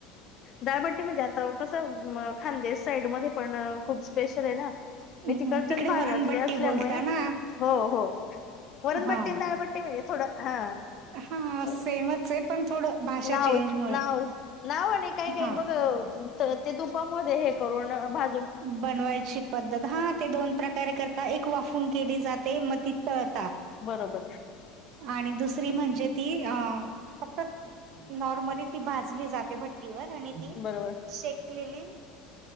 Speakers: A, on the left (about 35°); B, on the right (about 50°).
A: डाळबट्टी म्हणजे आता कसं मं खांदे साईड मध्ये पण खूप स्पेशल हाय ना. मी
B: हं,
A: तिकडच्याच
B: तिकडे
A: भागातली
B: वरणबट्टी
A: असल्यामुळे
B: बोलता ना
A: हो हो. वरण
B: हा.
A: बट्टी आणि डाळ बट्टी म्हणजे थोडं हा
B: हा
A: अ.
B: सेमच आहे पण थोडं भाषा
A: नावच
B: चेंजमुळे
A: नावच नाव आणि काय काय
B: हा.
A: बघ. टाळते ते तुपामध्ये हे करून भा
B: बनवायची पद्धत हा ते दोन प्रकारे करताय एक वाफून केली जात. ते म <unintelligible>
A: बरोबर हाय.
B: आणि दुसरी म्हणजे ती आं फकत नॉर्मली ती भाजली जाते भट्टीवर आणि ती
A: बरोबर
B: शेकलेली